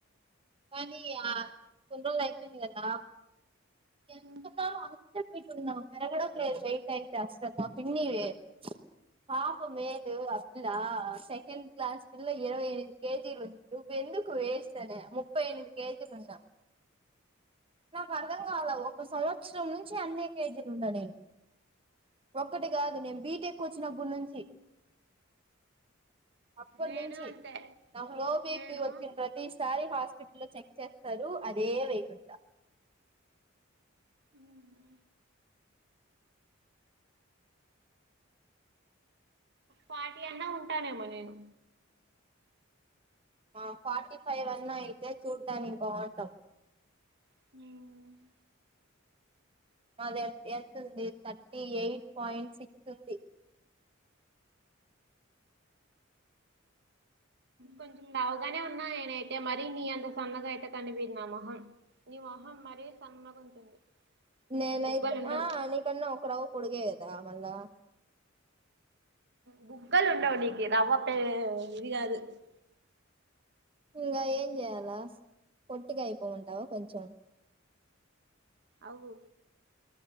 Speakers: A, on the right; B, on the right.
A: కానీ అ కొన్నిరోజులు అయిపోయింది కదా ఎంత
B: ఆ
A: తన్నా అ <unintelligible> పెరగడం లేదు వెయిట్ అయితే అస్సలు పిన్నీవి హ మేద <unintelligible> లా సెకండ్ క్లాస్ పిల్ల ఇరవై ఎనిమిది కేజీలు ఉంది నువ్వు ఎందుకు వేస్టే న ముప్పై ఎనిమిది కేజీలు ఉన్న నాకు అర్థం కాల ఒక సవత్స చరం నుంచి అన్నే కేజీలు ఉండా నేను ఒక్కటి కాదు నేను బీటెక్ వచ్చినప్పుడు నుంచి అప్పటి
B: నేను
A: నుంచి
B: అంతే
A: నాకు లోబీపీ
B: నేను
A: వచ్చిన ఈ సారి హాస్పిటల్ లో చెక్ చేస్తారు అదే వెయిట్ ఉంట
B: అవునా పార్టీ అన్నా ఉంటానేమో నేను
A: ఆ ఫార్టీ ఫైవ్ అన్నా అయితే చూడ్డానికి బాఉం టాం
B: ఉం
A: మా ద ఎంత ఉంది థర్టీ ఎయిట్ పాయింట్ సిక్స్ ఉంది <unintelligible>
B: కొంచెం లావుగానే ఉన్నా నేనైతే మరి నీ అంత సన్నగా అయితే కనిపియ్యదు నా మొహం నీ మొహం మరీ సన్నగుంటుంది
A: నేనయితే
B: బుగ్గలు ఉండవు
A: ఆ నికన్నా ఒక్క రవ్వ పొడుగే కదా మళ్లా
B: బుగ్గలు ఉండవు నికి నవ్వొస్తే ఇది కాదు <unintelligible>
A: ఇంగా ఏం చేయాలా పొట్టిగా అయిపో మంటావా కొంచెం
B: అవు